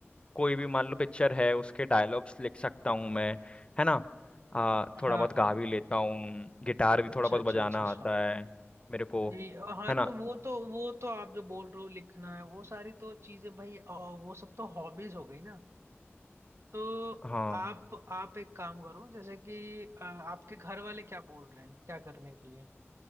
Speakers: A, on the left; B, on the right.
A: कोई भी मान लो पिक्चर है उसके डायलॉग्स लिख सकता हूँ मैं है ना आ,
B: हाँ
A: थोड़ा बहुत
B: हाँ
A: गा भी लेता हूँ गिटार भी
B: अच्छा
A: थोड़ा बहुत
B: अच्छा
A: बजाना
B: अच्छा अच्छा
A: आता है मेरे को
B: नहीं हाँ
A: है ना
B: तो वो तो वो तो आप जो बोल रहे हो लिखना है वो सारी तो चीजें भाई अ, वो सब तो हॉबीज हो गई ना तो
A: हाँ
B: आप आप एक काम करो जैसे कि अ, आपके घर वाले क्या बोल रहे हैं क्या करने के लिए